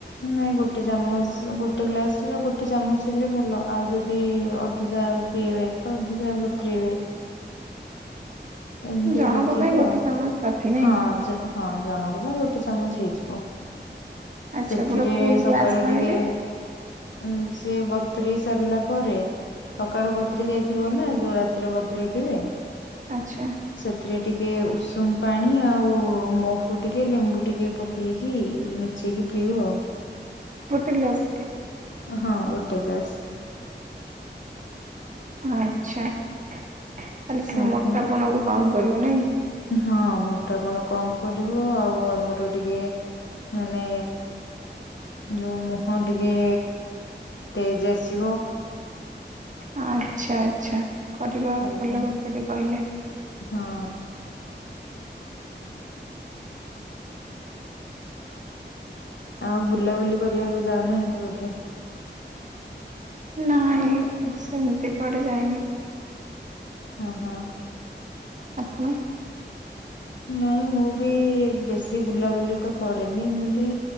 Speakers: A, on the left (about 80°); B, on the right (about 45°).
A: ନାଇଁ ଗୋଟେ ଚାମଚ ଗୋଟେ ଗ୍ଲାସ ର ଗୋଟେ ଚାମଚ ହେଲେ ଭଲ ଆଉ ଯଦି ଅଧି <unintelligible> ପିଇବେ ତ ଅଧିକା ବତରିବେ। ଏମିତି
B: ଜଣଙ୍କ
A: ଦେଖିକି
B: ପାଇଁ ଗୋଟେ
A: ଆଉ
B: ଚାମଚ କାଫି ନାଇଁ
A: ହଁ ଜ ହଁ ଜଣଙ୍କ ପାଇଁ ଗୋଟେ ଚାମଚ ହେଇଯିବ।
B: ଆଚ୍ଛା
A: ସେଥିରେ
B: ପୁରା ଫୁଲ
A: ସକାଳୁ
B: ଗ୍ଲାସ ପାଣିରେ
A: ଟିକେ ଉଁ ସିଏ ବତୁରି ସାରିଲା ପରେ ସକାଳୁ ବତ୍ରି ଯାଇଥିବ ନା ଯୋଉ ରାତିରେ ବତ୍ରିଥିବେ।
B: ଆଚ୍ଛା।
A: ସେଥିରେ ଟିକେ ଉଷୁମ ପାଣି ଆଉ ମହୁ ଟିକେ ଲେମ୍ବୁ ଟିକେ, ପକେଇକି ମିଶେଇକି ପିବ।
B: ଗୋଟେ ଗ୍ଲାସ?
A: ହଁ ଗୋଟେ ଗ୍ଲାସ୍।
B: ଆଚ୍ଛା। ତାହେଲେ ସେ
A: ଆଜ୍ଞା
B: ମୋଟାପଣକୁ କମ କରିବ ନାଇଁ।
A: ହଁ ମୋଟାପଣ କମ କରିବ ଆଉ ଆମର ଟିକେ ମାନେ ଯୋଉ ମୁହଁ ଟିକେ ତେଜେ ଆସିବ।
B: ଆଚ୍ଛା ଆଚ୍ଛା। କରିବା
A: ଆଜ୍ଞା
B: ଭଲ କଥା ଟିକେ କହିଲେ।
A: ହଁ। ଆଉ ବୁଲାବୁଲି କରିବାକୁ ଯାଉନାହାନ୍ତି ବୋଧେ?
B: ନାଇଁ ସେମିତି କୁଆଣେ ଯାଇନି।
A: ହଁ ହଁ।
B: ଆପଣ?
A: ନାଇଁ ମୁଁ ବି ବେଶୀ ବୁଲାବୁଲି ତ କରେନି ଏମିତି